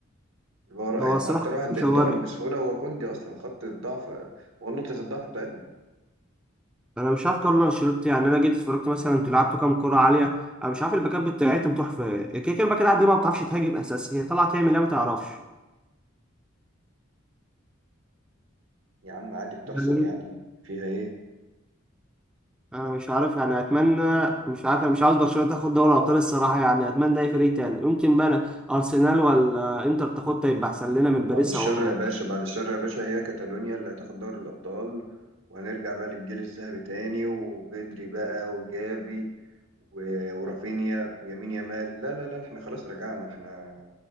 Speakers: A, on the right; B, in the centre.
A: ورا
B: هو
A: يعني
B: الصراحه
A: اكتر واحد
B: مش
A: بينضرب
B: هواري
A: بسهولة هو كوندي اصلا خط الضعف هو نقطة الضعف بتاعتنا
B: انا مش عارف كارلو انشيلوتي يعني انا جيت اتفرجت مثلا انتوا لعبتوا كام كره عاليه انا مش عارف الباكات بتاعتهم تحفه كده كده الباكات عندي ما بتعرفش تهاجم اساس هي طالعه تعمل ايه ما تعرفش
A: يا عم عادي بتحصل
B: يعني
A: يعني فيها ايه
B: انا مش عارف يعني اتمنى مش عارف انا مش عاوز برشلونه تاخد دوري ابطال الصراحه يعني اتمنى اي فريق تاني يمكن بقى أنا ارسنال ولا انتر تاخدها يبقى احسن لنا من باريس
A: بعد الشر
B: او
A: يا باشا بعد الشر يا باشا هي كاتالونيا اللي هتاخد دوري الأبطال وهنرجع بقى للجيل الذهبي تاني وبدري بقى وجافي و- ورافينيا ويمين يامال لا لا لا احنا خلاص رجعنا احنا